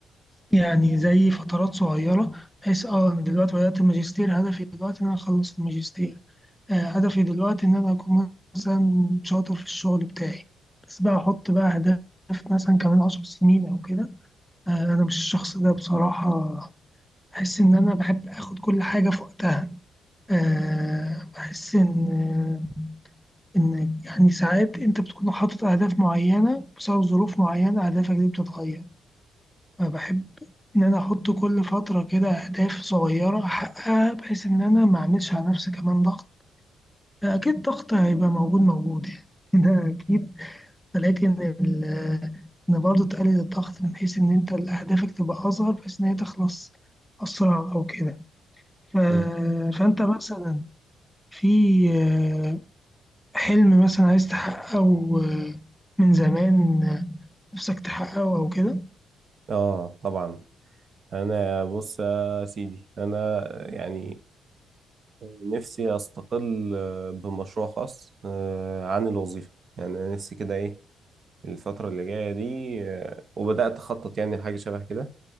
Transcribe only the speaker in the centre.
يعني زي فترات صغيرة بحيث أه أنا دلوقتي بدأت الماجستير هدفي دلوقتي إن أنا أخلص الماجستير آه، هدفي دلوقتي إن أنا أكون مثلا شاطر في الشغل بتاعي بس بقى أحط بقى أهداف مثلا كمان عشر سنين أو كده آه، أنا مش الشخص ده بصراحة بحس إن أنا بحب آخد كل حاجة في وقتها أه بحس إن إن يعني ساعات أنت بتكون حاطط أهداف معينة بسبب ظروف معينة أهدافك دي بتتغير فبحب إن أنا أحط كل فترة كده أهداف صغيرة أحققها بحيث إن أنا ما أعملش على نفسي كمان ضغط أكيد ضغط هيبقى موجود موجود يعني <laughs> ده أكيد ولكن ال- إن برضه تقلل الضغط من حيث إن أنت أهدافك تبقى أصغر بحيث إن هي تخلص أسرع أو كده ف-
فأنت مثلا في آه، حلم مثلا عايز تحققه آه، من زمان آه، نفسك تحققه أو كده